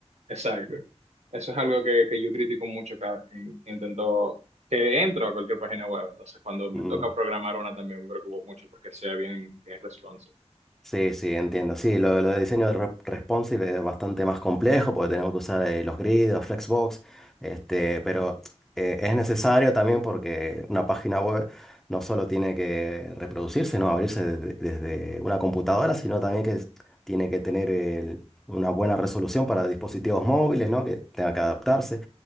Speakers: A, on the right (about 70°); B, in the centre.
A: Exacto. Eso es algo que, que yo critico mucho cada vez que in- intento, que entro a cualquier página web. Entonces, cuando me
B: Mm,
A: toca programar una también me preocupo mucho porque sea bien, bien responsive.
B: Sí, sí, entiendo. Sí, lo, lo de diseño re- responsive es bastante más complejo porque tenemos que usar eh, los grids, los flexbox, este, pero eh, es necesario también porque una página web no solo tiene que reproducirse, no abrirse desde, desde una computadora, sino también que es- tiene que tener el- una buena resolución para dispositivos móviles, ¿no? Que tenga que adaptarse.